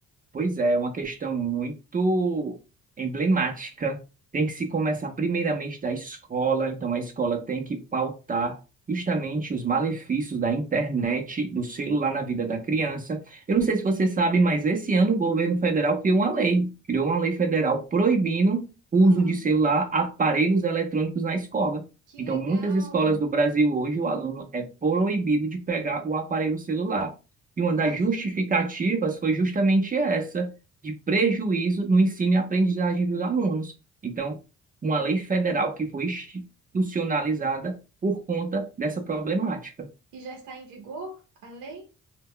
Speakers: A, on the right; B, on the right.
A: Pois é, é uma questão muito emblemática. Tem que se começar primeiramente da escola, então a escola tem que pautar justamente os malefícios da internet, do celular na vida da criança. Eu não sei se você sabe, mas esse ano o governo federal criou uma lei, criou uma lei federal proibindo o
B: Ah,
A: uso de celular, aparelhos eletrônicos na escola.
B: que
A: Então,
B: legal!
A: muitas escolas do Brasil hoje, o aluno é proibido de pegar o aparelho celular. E uma
B: Nossa.
A: das justificativas foi justamente essa, de prejuízo no ensino e aprendizagem dos alunos. Então, uma lei federal que foi institucionalizada por conta dessa problemática.
B: E já está em vigor a lei?